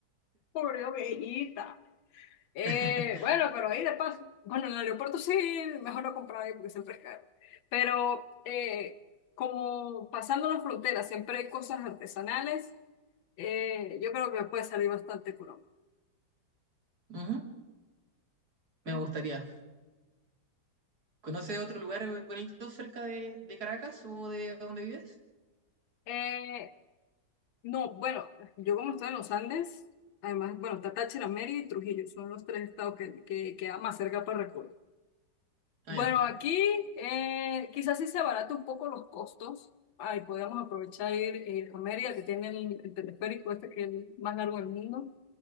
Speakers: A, on the left; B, on the right.
A: Pobre ovejita. Eh,
B: <laughs>
A: bueno, pero ahí de paso. Bueno, en el aeropuerto sí, mejor no comprar ahí porque siempre es caro. Pero eh, como pasando las fronteras, siempre hay cosas artesanales. eh, yo creo que me puede salir bastante económico.
B: Ujú, me
A: Mm.
B: gustaría. ¿Conoce otro lugar bonito cerca de, de Caracas o de donde vives?
A: Eh, no, bueno, yo como estoy en los Andes, además, bueno, está Táchira, Mérida y Trujillo, son los tres estados que, que queda más cerca para recorrer.
B: Ah,
A: Bueno,
B: ya.
A: aquí eh, quizás sí se abarata un poco los costos. Ahí podríamos aprovechar ir, ir a Mérida, que tiene el, el teleférico este que es el más largo del mundo.